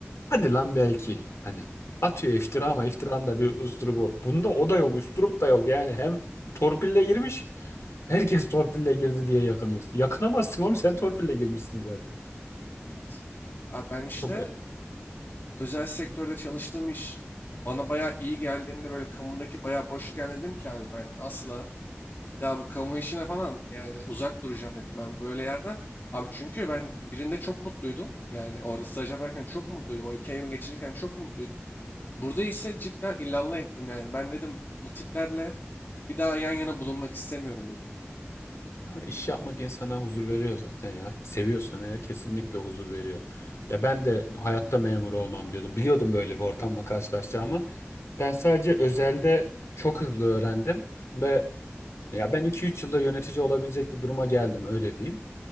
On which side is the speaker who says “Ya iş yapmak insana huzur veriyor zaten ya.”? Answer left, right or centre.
Left